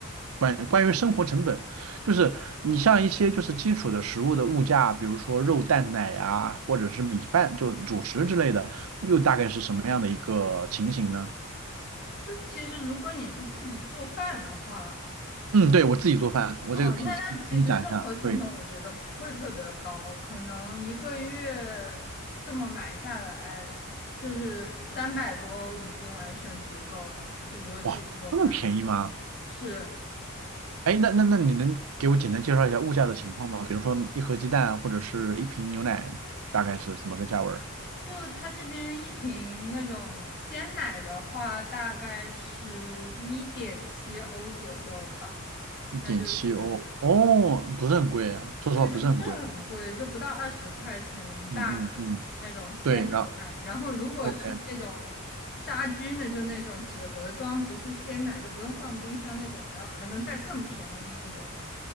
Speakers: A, on the right; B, on the left.
A: 关关于生活成本，就是你像一些就是基础的食物的物价，比如说肉蛋奶啊，或者是米饭，就主食之类的，又大概是什么样的一个情形呢？
B: 就其实如果你是自己做饭的话。
A: 嗯，对，我自己做饭，我这个可以跟你讲一下。
B: 嗯，那那其实生活成本我觉得不会特别高，
A: 对，
B: 可能一个月这么买下来，就是三百多欧已经完全足够了。就如果自己做饭，
A: 哇，这么便宜吗？
B: 是，
A: 哎，那那那你能给我简单介绍一下物价的情况吗？比如说一盒鸡蛋或者是一瓶牛奶，大概是什么个价位？
B: 就他这边一瓶那种鲜奶的话，大概是一点七欧左右吧，
A: 一点七欧，
B: 那就是
A: 哦，不是很贵啊，说实话不是很贵。
B: 对，就不是很贵，就不到二十块钱一大瓶那种鲜牛奶。
A: 嗯嗯嗯，对，然后
B: 然后如果是那种杀菌的，
A: OK
B: 就那种纸盒装，不是鲜奶，就不用放冰箱那种，还要还能再更便宜一点。